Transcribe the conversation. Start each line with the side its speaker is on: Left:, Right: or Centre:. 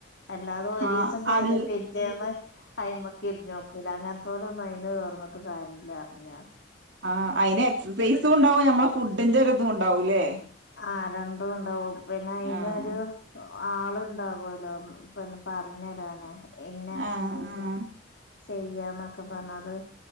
Left: അല്ലാതെ ഒരീസം
Right: ആ
Left: ചെയ്ത്
Right: അൽ
Left: പിറ്റേന്ന് അയിമക്ക് <unintelligible> <unintelligible> അങ്ങൻത്തോലൊന്നു അയ്ന് നിർന്നിട്ട് കാര്യല്ല അർഞ്ഞ
Right: ആഹ് അയിനെ ക്സർസൈസുണ്ടാവും ഞമ്മളെ ഫുഡ്ഡിന്റൊരിതു ണ്ടാവും ല്ലേ
Left: ആഹ് രണ്ടൂണ്ടാവും പിന്നയിനൊരു
Right: ആഹ്
Left: കൊ ആളുണ്ടാവൊല്ലോ ഉ പിന്നെ പർഞ്ഞരാന് ഇന്നെ എക്സർസൈസ്
Right: ആഹ് ആഹ്
Left: ചെയ്യാന്നൊക്കെ പറഞ്ഞത്